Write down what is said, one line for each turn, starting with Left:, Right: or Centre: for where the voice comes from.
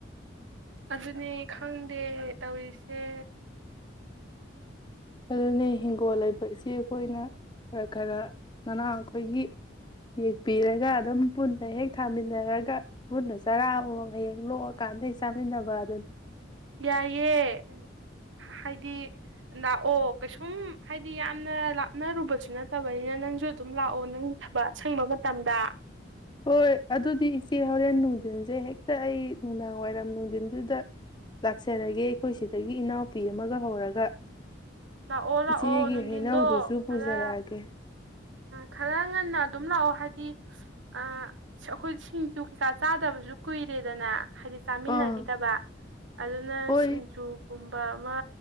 Right: ꯑꯗꯨꯅꯦ ꯈꯪꯗꯦ ꯇꯧꯔꯤꯁꯦ
Left: ꯑꯗꯨꯅꯤ ꯍꯤꯡꯒꯣꯜ ꯂꯩꯕꯛꯁꯤ ꯑꯩꯈꯣꯏꯅ ꯈꯔ ꯈꯔ ꯅꯅꯥꯥꯡ ꯑꯩꯈꯣꯏꯒꯤ ꯌꯦꯛꯄꯤꯔꯒ ꯑꯗꯨꯝ ꯄꯨꯟꯅ ꯍꯦꯛ ꯊꯥꯃꯤꯟꯅꯔꯒ ꯃꯟꯅ ꯆꯔꯥ ꯑꯃꯃꯝ ꯍꯌꯦꯡ ꯂꯣꯛꯑꯀꯥꯟꯗ ꯍꯦꯛ ꯆꯥꯃꯤꯟꯅꯕ ꯑꯗꯨꯅꯤ
Right: ꯌꯥꯏꯌꯦꯦ ꯍꯥꯏꯗꯤ ꯂꯥꯛꯑꯣ ꯀꯩꯁꯨꯝ ꯍꯥꯏꯗꯤ ꯌꯥꯝꯅ ꯂꯥꯞꯅꯔꯨꯕꯁꯨ ꯅꯠꯇꯕꯅꯤꯅ ꯅꯪꯁꯨ ꯑꯗꯨꯝ ꯂꯥꯛꯑꯣ ꯅꯪ ꯊꯕꯛ ꯑꯁꯪꯕ ꯃꯇꯝꯗ
Left: ꯍꯣꯏ ꯑꯗꯨꯗꯤ ꯏꯆꯦ ꯍꯣꯔꯦꯟ ꯅꯨꯡꯊꯤꯟꯁꯦ ꯍꯦꯛꯇ ꯑꯩ ꯅꯨꯡꯗꯥꯡ ꯋꯥꯏꯔꯝ ꯅꯨꯡꯊꯤꯟꯗꯨꯗ ꯂꯥꯛꯆꯔꯒꯦ ꯑꯩꯈꯣꯏ ꯁꯤꯗꯒꯤ ꯏꯅꯥꯎꯄꯤ ꯑꯃꯒ ꯍꯧꯔꯒ
Right: ꯂꯥꯛꯑꯣ ꯂꯥꯛꯑꯣ
Left: ꯏꯆꯦꯒꯤ
Right: ꯅꯨꯡꯊꯤꯟꯗꯣ
Left: ꯍꯩꯅꯧꯗꯨꯁꯨ ꯄꯨꯖꯔꯛꯑꯒꯦ
Right: ꯈꯗ ꯈꯔ ꯉꯟꯅ ꯑꯗꯨꯝ ꯂꯥꯛꯑꯣ ꯍꯥꯏꯗꯤ ꯑꯩꯈꯣꯏ ꯁꯤꯡꯖꯨ ꯀꯩꯀꯥ ꯆꯥꯗꯕꯁꯨ ꯀꯨꯏꯔꯦꯗꯅꯦ ꯍꯥꯏꯗꯤ ꯆꯥꯃꯤꯟꯅꯈꯤꯗꯕ
Left: ꯑꯥ
Right: ꯑꯗꯨꯅ
Left: ꯍꯣꯏ
Right: ꯁꯤꯡꯖꯨ ꯨꯝꯕ ꯑꯃ